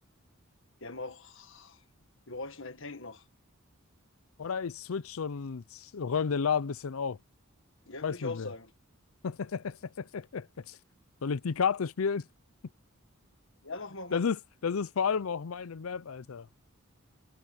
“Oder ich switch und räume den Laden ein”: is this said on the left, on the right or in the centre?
Left